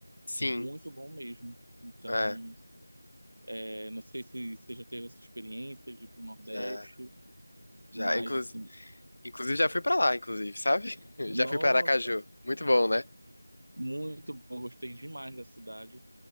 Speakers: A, on the left; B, on the right.
A: sim.
B: muito bom mesmo. Então,
A: É,
B: é, não sei se você já teve essa experiência de ir para o Nordeste,
A: já,
B: mas,
A: já. Inclusive,
B: assim,
A: inclusive já fui pra lá, inclusive, sabe? <laughs>
B: nossa,
A: Já fui pra Aracaju. Muito bom, né?
B: muito bom, gostei demais da cidade.